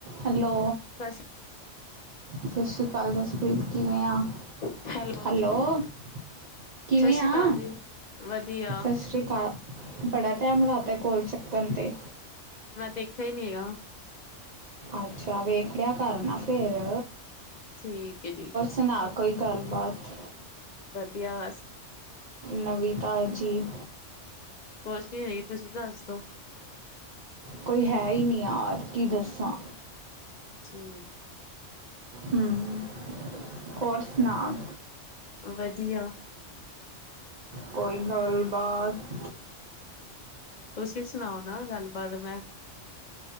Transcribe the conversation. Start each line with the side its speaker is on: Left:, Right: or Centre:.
Right: Hello
Left: ਕਸ।
Right: ਸਤਿ ਸ੍ਰੀ ਅਕਾਲ ਦਸਪ੍ਰੀਤ, ਕਿਵੇਂ ਆਂ,
Left: ਸਤਿ
Right: ਹੈਲੋ। ਕਿਵੇਂ
Left: ਸ੍ਰੀ
Right: ਆ,
Left: ਅਕਾਲ ਜੀ। ਵਧੀਆ,
Right: ਸਤਿ ਸ੍ਰੀ ਅਕਾਲ। ਬੜਾ ਟਾਈਮ ਲਾਤਾ, ਕੋਲ ਚੱਕਣ ਤੇ।
Left: ਮੈਂ ਦੇਖਿਆ ਹੀ ਨੀ ਹੈਗਾ।
Right: ਅੱਛਾ ਵੇਖ ਲਿਆ, ਕਰ ਨਾ ਫੇਰ।
Left: ਠੀਕ ਹੈ ਜੀ।
Right: ਸੁਣਾ ਕੋਈ ਗੱਲਬਾਤ।
Left: ਵਧੀਆ ਬਸ।
Right: ਨਵੀ ਤਾਜੀ।
Left: ਕੁਛ ਨੀ ਹੈਗੀ, ਤੁਸੀਂ ਦੱਸਦੋ।
Right: ਕੋਈ ਹੈ ਹੀ ਨਹੀਂ ਯਾਰ, ਕੀ ਦੱਸਾਂ।
Left: ਠੀ।
Right: ਹ, ਹੋਰ ਸੁਣਾ।
Left: ਵਧੀਆ।
Right: ਕੋਈ ਗੱਲਬਾਤ।
Left: ਤੁਸੀਂ ਸੁਣਾਓ ਨਾ ਗੱਲਬਾਤ ਮੈਂ।